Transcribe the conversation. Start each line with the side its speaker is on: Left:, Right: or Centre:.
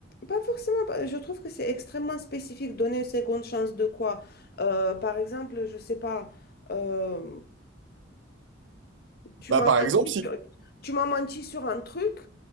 Left: Pas forcément. pas- Je trouve que c'est extrêmement spécifique. Donner une seconde chance de quoi? Euh, par exemple, je sais pas. euh, Tu
Right: Bah,
Left: m'as
Right: par
Left: menti
Right: exemple, si,
Left: sur, tu m'as menti sur un truc.